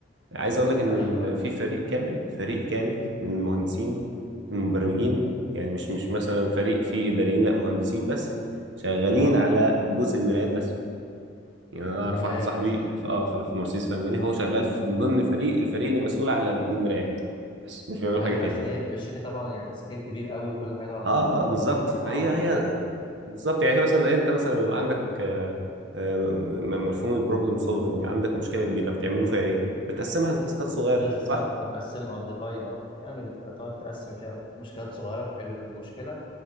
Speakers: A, on the right; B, on the left.
A: عايز أقول لك إن
B: ايوه
A: ال-
B: ايوه
A: في فريق كامل فريق كامل من المهندسين المبرمجين
B: امم
A: يعني مش مش مثلا فريق فيه إداريين لا مهندسين بس شغالين
B: اه اه
A: على جزء المرايات بس يعني انا اعرف
B: المرايات
A: واحد صاحبي في اه في في مرسيدس في المانيا
B: امم
A: هو شغال في من ضمن فريق الفريق اللي مسؤول على المرايات بس مش بيعملوا
B: ايوه
A: حاجه تاني
B: عشان هي الشركه طبعا يعني سكيل كبير قوي وكل حاجه عندهم
A: اه اه بالظبط
B: يعني
A: فهي
B: بتعمق
A: هي
B: وكده
A: بالظبط يعني هي مثلا إيه، انت مثلا لما بيبقى عندك آه، آه، م- م- مفهوم البروبلم سولفنج عندك مشكله كبيره بتعملوا فيها ايه بتقسمها لتاسكات صغيره
B: بالظبط
A: صح
B: بنقسمها او ديفايد اه يعني بت- بتقعد تقسم فيها مشكلات صغيرة وتحل كل مشكلة